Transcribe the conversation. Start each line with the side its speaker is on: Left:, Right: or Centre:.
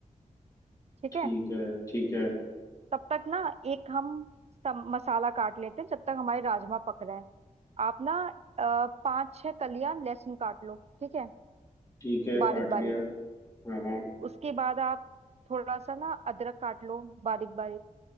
Right: ठीक
Left: ठीक
Right: है
Left: है ठीक है
Right: तब तक ना एक हम सम, मसाला काट लेते हैं जब तक हमारे राजमा पक रहे हैं आप ना अ, पाँच छह कलियां लहसुन काट लो ठीक है
Left: ठीक है काट
Right: बारीक बारीक
Left: लिया हाँ हाँ
Right: उसके बाद आप थोड़ा सा ना अदरक काट लो बारीक बारीक